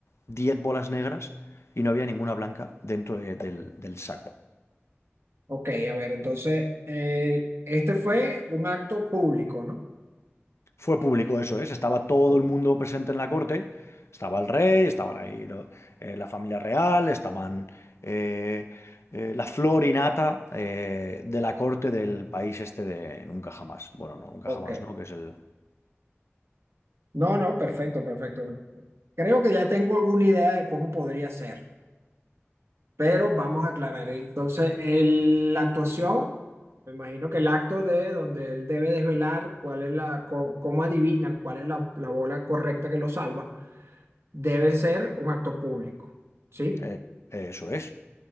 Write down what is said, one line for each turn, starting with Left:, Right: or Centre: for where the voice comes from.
Left: 10 bolas negras y no había ninguna blanca dentro de- del, del saco.
Right: Ok, a ver, entonces, eh, este fue un acto público, ¿no?
Left: Fue público eso, ¿eh? Estaba todo
Right: O-
Left: el mundo presente en la corte. Estaba el rey, estaban ahí lo- eh, la familia real, estaban eh, eh, la flor y nata eh, de la corte del país este de Nunca Jamás. Bueno, no, Nunca
Right: Ok.
Left: Jamás, ¿no? Que es el,
Right: No, no, perfecto, perfecto. Creo que ya tengo alguna idea de cómo podría ser, pero vamos a aclarar. Entonces, el- la actuación... Me imagino que el acto de donde él debe desvelar cuál es la, co- cómo adivinan cuál es la, la bola correcta que lo salva, debe ser un acto público. ¿Sí?
Left: Eh, eh, eso es.